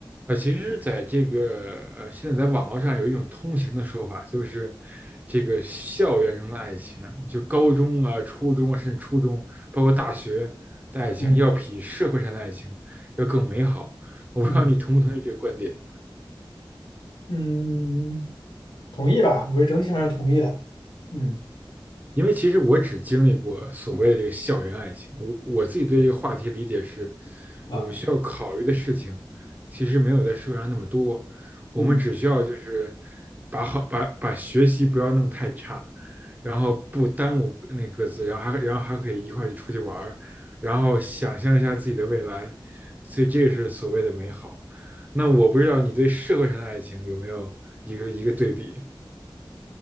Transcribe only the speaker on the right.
呃，其实，在这个呃，现在在网络上有一种通行的说法，就是这个校园中的爱情，就高中啊、初中啊，甚至初中，包括大学的爱情，
要比社会上的爱情要更美好。我不知道你同不同意这个观点。
因为其实我只经历过所谓的这个校园爱情，我我自己对这个话题理解是，
我们需要考虑的事情其实没有在社会上那么多，我们只需要就是
把好把把学习不要弄太差，然后不耽误那各自，然后还然后还可以一块去出去玩儿，然后想象一下自己的未来，所以这个是所谓的美好。那我不知道你对社会上的爱情有没有一个一个对比？